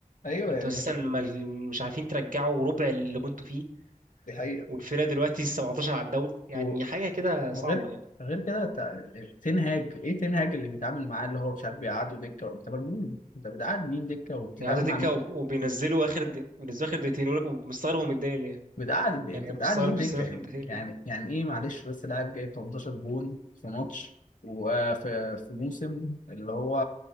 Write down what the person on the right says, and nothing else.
انتوا
اساسا ما... مش عارفين ترجعوا ربع اللي كنتوا فيه
والفرقه دلوقتي 17 على الدوري يعني
حاجه كده
صعبه يعني
بيقعدوا دكه
وب- وبينزلوا اخر د... بينزلوا اخر دقيقتين يقول لك مستغرب هو متضايق ليه
يعني كان
مستغرب
كريستيانو
<laughs> متضايق
ليه